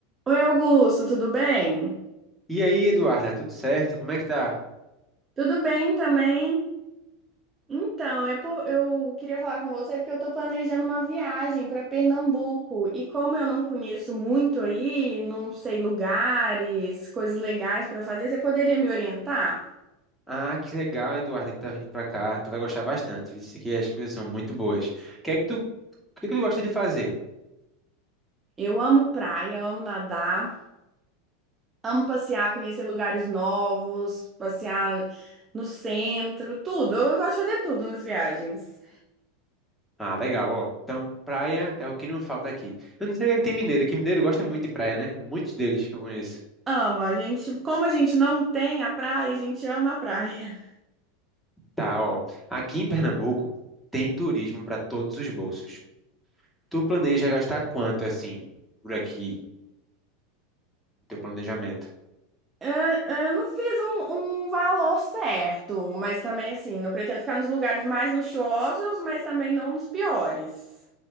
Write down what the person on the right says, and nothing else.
Oi, Augusto, tudo bem?
Tudo bem também. Então, é po- eu queria falar com você porque eu estou planejando uma viagem para Pernambuco e como eu não conheço muito aí, não sei lugares, coisas legais para fazer, você poderia me orientar?
Eu amo praia, amo nadar, amo passear, conhecer lugares novos, passear no centro, tudo. Eu gosto de fazer tudo nas viagens.
Ama, a gente, como a gente não tem a praia, a gente ama a praia.
Eu, eu não fiz um, um valor certo, mas também assim, não pretendo ficar nos lugares mais luxuosos, mas também não nos piores.